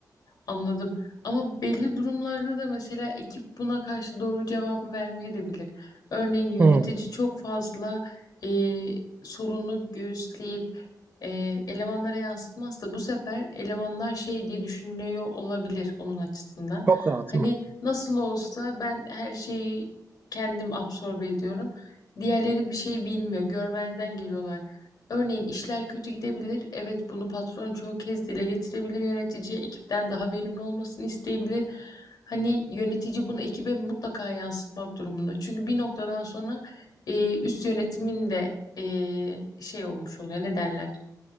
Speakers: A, on the left; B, on the right.
A: Anladım. Ama belli durumlarda da mesela ekip buna karşı doğru cevabı vermeye de bilir. Örneğin yönetici
B: Hı,
A: çok fazla eee, sorunu göğüsleyip eee, elemanlara yansıtmazsa bu sefer elemanlar şey diye düşünüyor olabilir onun açısından.
B: çok rahatım.
A: Hani nasıl olsa ben her şeyi kendim absorbe ediyorum. Diğerleri bir şey bilmiyor, görmezden geliyorlar Örneğin işler kötü gidebilir. Evet, bunu patron çoğu kez dile getirebilir yöneticiye. Ekipten daha verimli olmasını isteyebilir. Hani yönetici bunu ekibe mutlaka yansıtmak durumunda. Çünkü bir noktadan sonra e, üst yönetimin de e, şey olmuş oluyor. Ne derler?